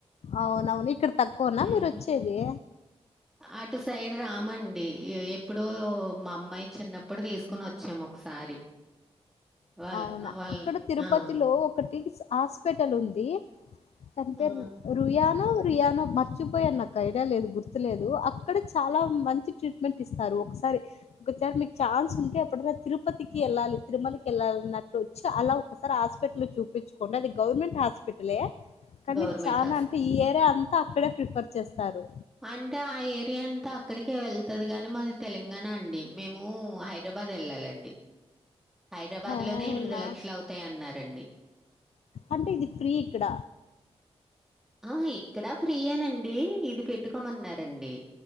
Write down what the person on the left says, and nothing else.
అవునవును ఇక్కడ తక్కువన్నా
మీరు వచ్చేది.
అవునా
అక్కడ తిరుపతిలో
ఒకటి హాస్పిటల్ ఉంది. తన పేరు
రుయనా పియానో మర్చిపోయా నాకు ఐడియా లేదు గుర్తులేదు అక్కడ చాలా మంచి ట్రీట్మెంట్ ఇస్తారు ఒకసారి సారి ఒకసారి మీకు ఛాన్స్ ఉంటే ఎప్పుడునా తిరుపతికి వెళ్ళాలి తిరుమలకి కేళ్ళాలన్నట్లు వచ్చి అలా ఒకసారి హాస్పిటల్ చూపించుకోండి అది గవర్నమెంట్ హాస్పిటలే కానీ
చాలా
అంటే ఈ ఏరియా అంతా అక్కడే ప్రిఫర్ చేస్తారు
అవునా
అంటే ఇది ఫ్రీ ఇక్కడ